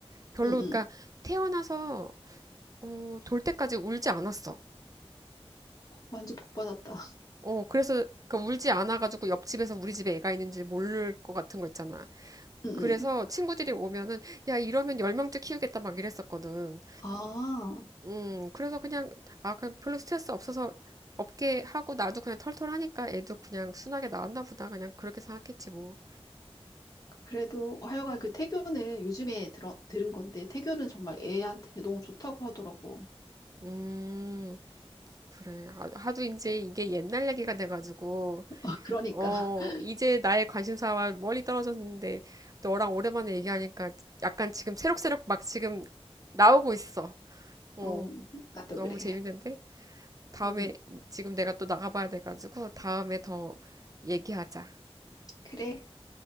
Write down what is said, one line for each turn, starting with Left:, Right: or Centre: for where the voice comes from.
Right: 별로,
Left: 응, 응.
Right: 그러니까 태어나서, 어, 돌 때까지 울지 않았어.
Left: 완전 복 받았다.
Right: 어, 그래서, 그러니까 울지 않아가지고 옆집에서 우리 집에 애가 있는지 모를 것 같은 거 있잖아.
Left: 응, 응.
Right: 그래서 친구들이 오면은, 야, 이러면 열명째 키우겠다 막 이랬었거든.
Left: 아,
Right: 음, 그래서 그냥, 아, 그냥 별로 스트레스 없어서 없게 하고 나도 그냥 털털하니까 애도 그냥 순하게 나왔나 보다. 그냥 그렇게 생각했지 뭐.
Left: 그래도 하여간 그 태교는 요즘에 들어, 들은 건데 태교는 정말 애한테 너무 좋다고 하더라고.
Right: 음. 그래. 하- 하도 이제 이게 옛날 얘기가 돼가지고,
Left: 아, 그러니까.
Right: 어,
Left: <laughs>
Right: 이제 나의 관심사와 멀리 떨어졌는데, 너랑 오랜만에 얘기하니까 약간 지금 새록새록 막 지금 나오고 있어. 어,
Left: 어, 나도
Right: 너무
Left: 그래.
Right: 재밌는데? 다음에,
Left: 응,
Right: 지금 내가 또 나가봐야 돼가지고, 다음에 더 얘기하자.
Left: 그래.